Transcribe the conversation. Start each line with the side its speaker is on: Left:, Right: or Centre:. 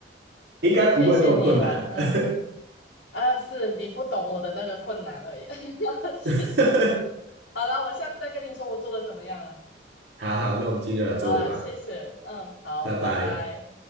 Right: <laughs> 应该不会那么困难的、
Left: 谢谢你啦，嗯，啊，是你不懂我的那个困难而已，<laughs> 谢谢。
Right: <laughs>
Left: 好啦，我下次再跟你说我做的怎么样了。
Right: 好好，那我们今天就聊做这里吧，
Left: 好啦，谢谢，嗯，好，
Right: 拜拜。
Left: 拜拜。